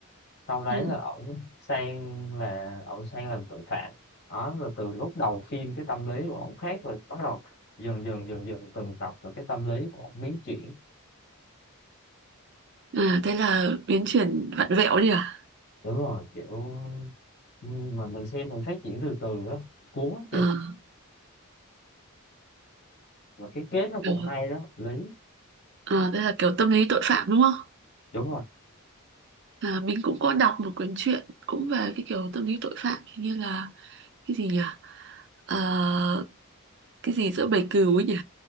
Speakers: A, on the left; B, on the right.
A: sau đấy
B: ừ.
A: là ổng sang là ổng sang làm tội phạm đó rồi từ lúc đầu phim cái tâm lý của ổng khác rồi bắt đầu dần dần dần dần từng tập là cái tâm lý của ổng biến chuyển
B: à đây là biến chuyển vặn vẹo đi à
A: đúng rồi kiểu mà mình xem mình phát triển từ từ á cuốn lắm kìa
B: à,
A: và cái kết nó
B: Ừ.
A: cũng hay đó lý
B: à đây là kiểu tâm lý tội phạm đúng không
A: đúng rồi
B: à, mình cũng có đọc một cuốn truyện cũng về cái kiểu tâm lý tội phạm hình như là cái gì nhỉ Ờ, cái gì giữa bầy cừu ấy nhỉ